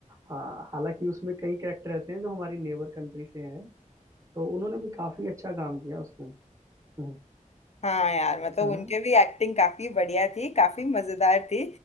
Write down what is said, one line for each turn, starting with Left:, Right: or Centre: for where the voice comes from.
Right: हाँ हालांकि उसमें कई कैरेक्टर ऐसे हैं जो हमारी नेबर कंट्री से हैं तो उन्होंने भी काफी अच्छा काम किया उसमें हम्म,
Left: हाँ यार मतलब
Right: है
Left: उनके
Right: ना
Left: भी एक्टिंग काफी बढ़िया थी काफी मजेदार थी